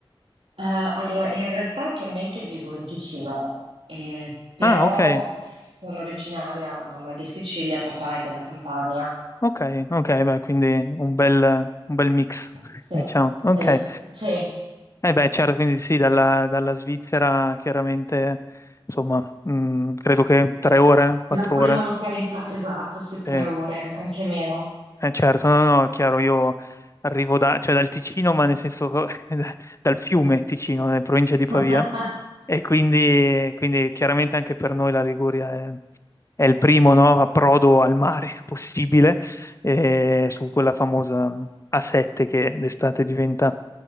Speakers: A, on the right (about 90°); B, on the left (about 30°).
A: Eh, allora, in realtà attualmente vivo in Ticino, eh, però
B: Ah, ok.
A: sono originaria, mamma di Sicilia, papà è della Campania.
B: Ok, ok, beh, quindi un bel, un bel mix, <laughs>
A: Sì,
B: diciamo.
A: sì,
B: Ok.
A: sì,
B: Eh beh, certo, quindi sì, dalla, dalla Svizzera chiaramente, insomma, mh, credo che tre ore, quattro
A: la prima
B: ore.
A: località, esatto, sì, tre
B: Eh,
A: ore, anche meno.
B: eh, certo, no, no, è chiaro, io arrivo da, cioè dal Ticino, ma nel senso <laughs> da- dal fiume Ticino, nella provincia di Pavia,
A: <laughs>
B: e quindi, quindi chiaramente anche per noi la Liguria è il primo, no, approdo al mare <laughs> possibile eh, su quella famosa A7 che d'estate diventa